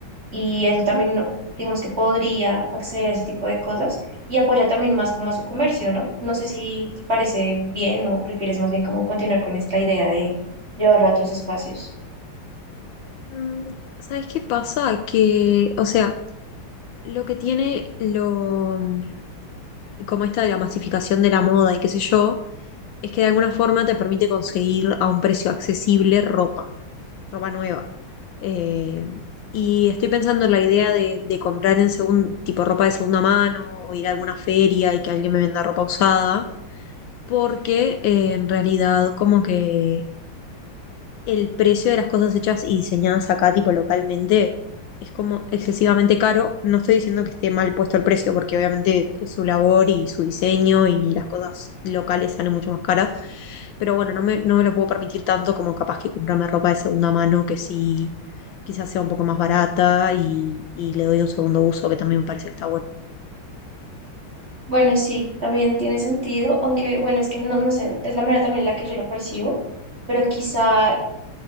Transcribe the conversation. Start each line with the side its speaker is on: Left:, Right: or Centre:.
Right: y eso también
Left: tema.
Right: uno, digamos que podría acceder a ese tipo de cosas y apoya también más como a su comercio, ¿no? No sé si te parece bien o prefieres más bien como continuar con esta idea de llevarlo a otros espacios.
Left: Mm, ¿Sabes qué pasa? Que, o sea, lo que tiene lo, mm, como esta de la masificación de la moda y qué sé yo, es que de alguna forma te permite conseguir a un precio accesible ropa, ropa nueva. Eh, y estoy pensando en la idea de, de comprar en segun- tipo ropa de segunda mano o ir a alguna feria y que alguien me venda ropa usada, porque eh, en realidad como que el precio de las cosas hechas y diseñadas acá, tipo localmente, es como excesivamente caro. No estoy diciendo que esté mal puesto el precio, porque obviamente es su labor y su diseño y las cosas locales salen mucho más caras. Pero bueno, no me, no me lo puedo permitir tanto como capaz que comprarme ropa de segunda mano, que sí, quizás sea un poco más barata y, y le doy un segundo uso, que también me parece que está bueno.
Right: Bueno, sí, también tiene sentido, aunque bueno, es que no, no sé, es la manera también en la que yo lo percibo, pero quizá,